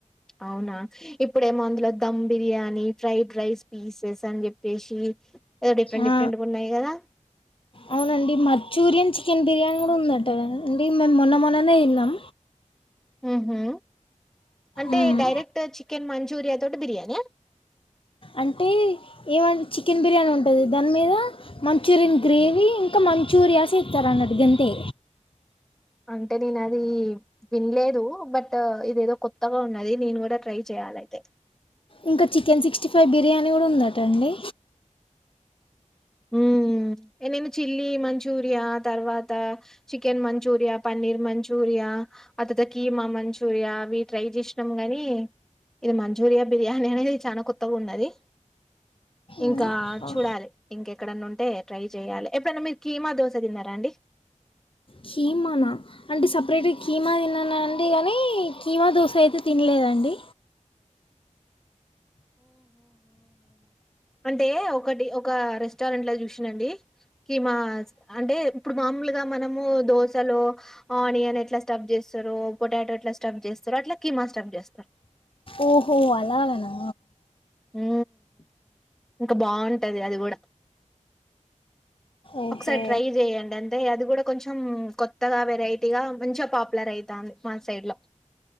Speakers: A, in the centre; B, on the left.
A: అవునా ఇప్పుడేమో అందులో dum biryani fried rice pieces అని చెప్పేసి ఏదో డిఫరెంట్
B: ఆ
A: డిఫరెంట్ గా ఉన్నాయి కదా
B: అవునండి మంచూరియన్ చికెన్ బిర్యానీ కూడా ఉందండి అంటేండి మేము మొన్న మొన్ననే ఇన్నాం
A: హ హ అంటే
B: మ్మ్.
A: డైరెక్ట్ చికెన్ మంచూరియా దోడూ బిర్యానీయా
B: అంటే ఏమంటే చికెన్ బిర్యానీ ఉంటుంది దాని మీద మంచూరియన్ గ్రేవీ ఇంకా మంచూరియాస్ ఎత్తరన్నట్టు గంతే
A: అంటే నేను అది వినలేదు బట్ ఇదేదో కొత్తగా ఉన్నది నేను కూడా ట్రై చేయాలయితే
B: ఇంకా చికెన్ సిక్స్టీ ఫైవ్ బిర్యానీ కూడా ఉందటండి
A: హు నేను చిల్లీ మంచూరియా తర్వాత చికెన్ మంచూరియా పన్నీర్ మంచూరియా అ తర్ త కీమా మంచూరియా అవి ట్రై చేసినాం గనీ ఇది మంచూరియా బిర్యానీ అనేది చాలా కొత్తగా ఉన్నది ఇంకా
B: మ్మ్.
A: చూడాలి ఎక్కడన్నా ఉంటే ట్రై చెయ్యాలి ఎప్పుడైనా మీరు కీమా దోశ తిన్నారా అండి
B: కీమానా అంటే సపరేట్గా కీమా తిన్నాను అంటే కానీ కీమా దోశ అయితే తినలేదండి
A: అంటే ఒకటి ఒక రెస్టారెంట్ లో చూసినండి కిమా అంటే ఇప్పుడు మామూలుగా మనము దిశలో ఆనియన్ ఎట్లా స్టఫ్ చేస్తారో పొటాటో ఎట్లా స్టఫ్ చేస్తారో అట్లా కీమా స్టఫ్ చేస్తారు
B: ఓహో! అలాగనా?
A: ఉ ఇంకా బాగుంటది అది కూడా
B: ఓహో!
A: ఒకసారి ట్రై చెయండి అంతే అది కూడా కొంచెం కొత్తగా వెరైటీగా మంచిగా పాపులర్ అయితంది మా సైడ్ లో